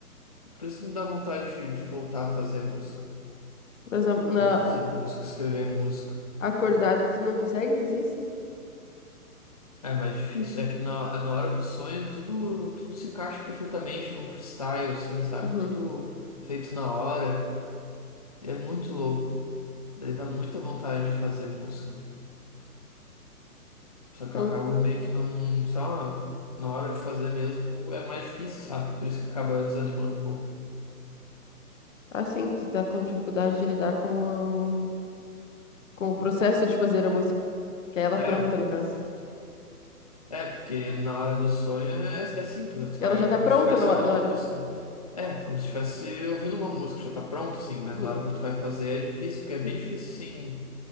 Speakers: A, on the left; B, on the left.
A: Por isso que me dá vontade de, de voltar a fazer música,
B: Mas na, na-
A: produzir música, escrever música.
B: acordado, tu não consegue fazer isso?
A: É mais difícil, é que na, na hora do sonho tudo, tudo se encaixa perfeitamente num freestyle, assim, sabe?
B: Uhum.
A: Tudo feito na hora. É muito louco. Daí dá muita vontade de fazer música. Só
B: Então,
A: que eu acabo meio que não, sei lá, na hora de fazer mesmo é mais difícil, sabe? Por isso que acaba desanimando um pouco.
B: assim, tu tá com dificuldade de lidar com o, com o processo de fazer a música. Que é ela
A: É,
B: pronta, no caso.
A: É, porque na hora do sonho é, é simples, né? Tu vai,
B: E Ela já tá
A: é como
B: pronta
A: se estivesse
B: na
A: ouvindo
B: na
A: uma
B: hora.
A: música. É, como se estivesse ouvindo uma música, já tá pronto, sim, mas
B: Uhum.
A: na hora quando tu vai fazer é difícil, porque é bem difícil, sim.